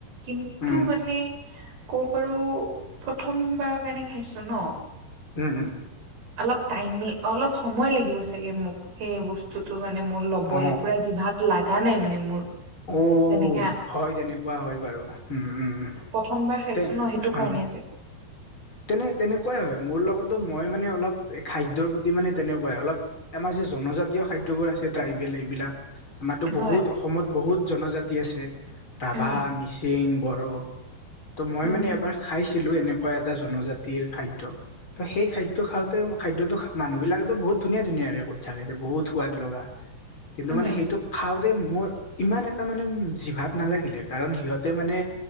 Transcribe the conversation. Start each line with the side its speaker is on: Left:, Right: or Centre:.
Right: কিন্তু
Left: উম
Right: মানে ক পাৰো। প্ৰথম বাৰৰ কাৰণে খাইছো ন।
Left: উম উম।
Right: অলপ টাইমে অলপ সময় লাগিব চাগে মোক। সেই বস্তু টো মানে মোৰ ল'বলে
Left: অ
Right: পুৰা জিভাত লাগ <unintelligible> নাই মানে মোৰ।
Left: অ',
Right: যেনেকে আ
Left: হয় তেনেকুৱা হয় বাৰু। উম, উম,
Right: প্ৰথমবাৰ খাইছো
Left: তে,
Right: ন সেইটো
Left: হা
Right: কাৰণে চাগে
Left: তেনে-তেনেকুৱাই হয় মোৰ লগতো, মই মানে অলপ খাদ্যৰ প্ৰতি মানে তেনেকুৱাই, অলপ আমাৰ যে জনজাতীয় খাদ্যবোৰ আছে ট্ৰাইবেল এইবিলাক আমাৰটো
Right: হয়
Left: বহুত অসমত বহুত জনজাতি আছে ৰাভা,
Right: উম
Left: মিচিং, বড়ো। ত' মই
Right: উম
Left: মানে
Right: হম
Left: এবাৰ খাইছিলোঁ এনেকুৱা জনজাতিৰ খাদ্য ত' সেই খাদ্য খাওঁতে খাদ্য মানুহবিলাকো বহুত ধুনীয়া, ধুনীয়াকে কৈ থাকে যে, বহুত সোৱাদ লগা।
Right: উম
Left: কিন্তু মানে সেইটো খাওঁতে মোৰ ইমান এটা মানে উম, যিভাত নালাগিলে কাৰণ সিহঁত তে মানে,